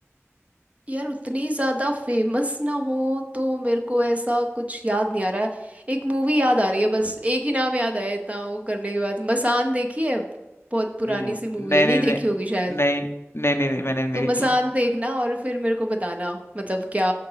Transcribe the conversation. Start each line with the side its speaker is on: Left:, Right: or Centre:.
Right: यार उतनी ज्यादा फेमस ना हो तो मेरे को ऐसा कुछ याद नहीं आ रहा है एक मूवी याद आ रही है बस एक ही नाम याद आया इतना वो करने के बाद मसान देखी है बहुत पुरानी
Left: नहीं
Right: सी मूवी है नहीं
Left: नहीं
Right: देखी
Left: नहीं
Right: होगी शायद
Left: नहीं नहीं नहीं नहीं मैंने नहीं
Right: तो
Left: देखी
Right: मसान देखना और फिर मेरे को बताना मतलब क्या